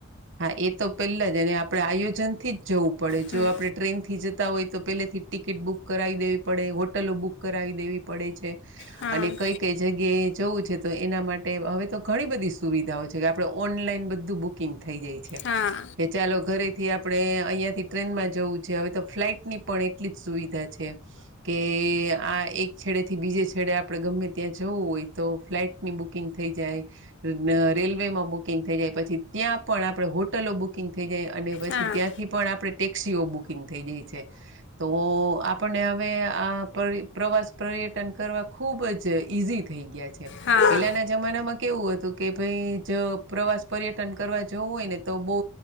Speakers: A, on the right; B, on the left.
A: હા એ તો પહેલા જ અને આપડે આયોજનથી જવું પડે
B: હમ
A: જો આપડણે ટ્રેન થી જ હોય તો પેલેથી ટિકિટ બુક કરાવી દેવી પડે હોટલો બુક કરાવી દેવી પડે છે.
B: હમ
A: અને કઈ કઈ જગ્યાએ જવું છે તો એના માટે હવે તો ઘણી બધી સુવિધાઓ છે કે આપણે ઓનલાઈન બધું બુકિંગ થઈ જાય છે. ચાલો
B: હા હા
A: ઘરેથી આપણે અહિયાંથી ટ્રેનમાં જવું છે હવે તો ફ્લાટ ની પણ એટલી જ સુવિધા છે. કે આ એક છેડે થી બીજે છેડે આપણેે ગમે ત્યાં જવું હોય તો ફ્લાટ ની બુંગ થઈ જાય રેલવે માં બુકિંગ થઈ જાય પછી ત પણ આપણે હોટલો બુકિંગ થઈ જાય અને પછી
B: હા
A: ત્યાંથી પણ આપણે ટેક્સીઓ બુકિંગ થઈ જાય છે. તો આપને હવે આ પ્રવાસ પર્યટન કરવા ખૂબ જ ઇઝી થઈ ગયા છે.
B: હા
A: પેલાના જમાનામાં કેવું હતું કે ભાઈ જ પ્રવાસ પર્યટન કરવા જોવું હોય ને તો બહુ